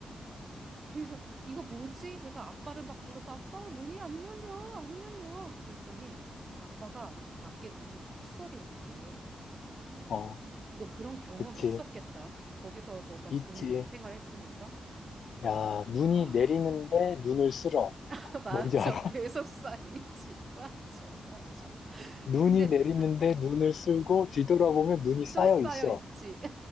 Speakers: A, on the right; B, on the left.
A: 그래서 이거 뭐지? 그래서 아빠를 막 불러서 아빠 문이 안 열려. 안 열려. 그랬더니 아빠가 밖에 눈이 폭설이 왔대.
B: 어,
A: 너 그런 경험
B: 그치.
A: 있었겠다. 거기서 너가
B: 있지.
A: 군 생활했으니까.
B: 야, 눈이
A: <gasps>
B: 내리는데 눈을 쓸어.
A: <laughs> 맞아.
B: 뭔지 알아?
A: 계속
B: <laughs>
A: 쌓이지. 맞아. 맞아.
B: 눈이
A: 근데
B: 내리는데 눈을 쓸고 뒤돌아보면 눈이 쌓여
A: 또 쌓여
B: 있어.
A: 있지.